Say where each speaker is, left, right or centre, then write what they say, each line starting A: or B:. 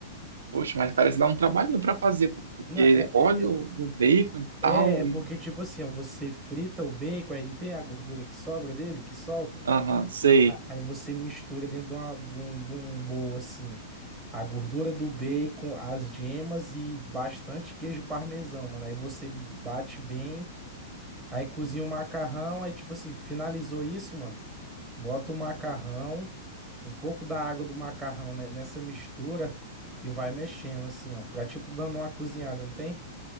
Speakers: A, on the right; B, on the right.
A: Poxa, mas parece dar um trabalhinho para fazer, pô, porque
B: Na, é,
A: óleo do bacon e
B: É,
A: tal.
B: é porque,
A: e-
B: tipo assim, ó, você frita o bacon, aí não tem a gordura que sobra dele, que solta?
A: Aham, sei.
B: A- Aí você mistura dentro de, uma- de um, de um bowl, assim, a gordura do bacon, as gemas e bastante queijo parmesão, mano. Aí você bate bem, aí cozinha o macarrão, aí, tipo assim, finalizou isso, mano. Bota o macarrão, um pouco da água do macarrão, né, nessa mistura e vai mexendo, assim, ó, pra, tipo, dando uma cozinhada, não tem?